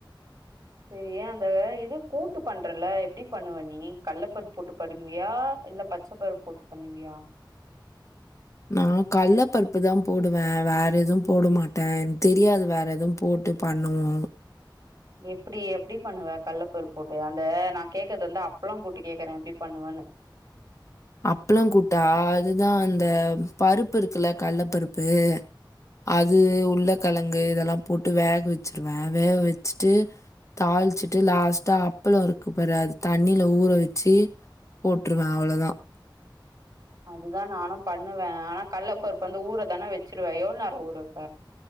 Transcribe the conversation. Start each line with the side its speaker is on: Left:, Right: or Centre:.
Right: சேரி ஏ அந்த இது கூட்டு பண்றல எப்டி பண்ணுவ நீ கள்ள பருப்பு போட்டு பண்ணுவியா இல்ல பச் ச பருப்பு போட்டு பண்ணுவியா
Left: நா கள்ள பருப்பு தான் போடுவே வேற எதுவும் போட மாட்டேன் தெரியாது வேற எதுவும் போட்டு பண்ணுவோம்
Right: எப்டி எப்டி பண்ணுவே கள்ளப்பரு போட்டு அந்த நான் கேக்கறது வந்து அப்பளம் கூட்டுகேக்குறேன் எப்டி பண்ணுவேன்னு
Left: அப்பளம் கூட்டா அதுதான் அந்த பருப்பு இருக்குல்ல கள்ள பருப்பு அது உள்ளக்கழங்கு இதெல்லாம் போட்டு வேக வச்சிருவேன் வேக வச்சுட்டு தாள்ச்சுட்டு லாஸ்ட்டா அப்பளம் இருக்கு பாரு அது தண்ணில ஊற வச்சி போட்டுருவேன் அவ்ளோதா
Right: அதுதான் நானும் பண்ணுவேன் ஆனா கள்ளப்பருப்பு வந்து ஊர தான வச்சுருவ எவ்ளோநேரம் ஊறவப்ப